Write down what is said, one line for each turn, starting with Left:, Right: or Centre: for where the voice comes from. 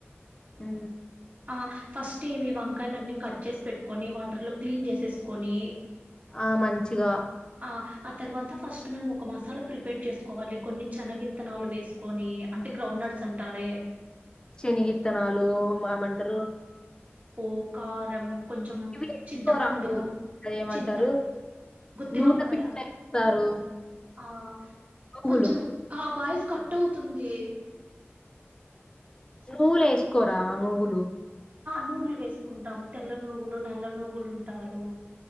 Left: అ
Right: ఆ ఫస్ట్ ఏమి వంకాయలున్ని కట్ చేసి పెట్టుకొని వాటర్ లో క్లీన్ చేసేసుకొని
Left: ఆ మంచిగా
Right: ఆ ఆ తర్వాత ఫస్ట్ మనం ఒక మసాలా ప్రిపేర్ చేసుకోవాలి కొన్ని చనగిత్తనాలు వేసుకొని అంటే గ్రౌండ్ నట్స్ అంటారే
Left: శనిగిత్తనాలు అమంటారు
Right: పోకారం కొంచం
Left: వేసుకోరా
Right: చింతపండు
Left: అదేమంటారు
Right: చింత గుత్తి
Left: నూనె
Right: తివకాయ
Left: పిండిలో వేస్తారు
Right: ఆ
Left: నువ్వులు
Right: కొంచం ఆబా కట్ అవుతుంది
Left: నువ్వులే వేసుకోరా నువ్వులు
Right: నూగులు వేసుకుంటాం తెల్ల నూగులు నల్ల నూగులు ఉంటారు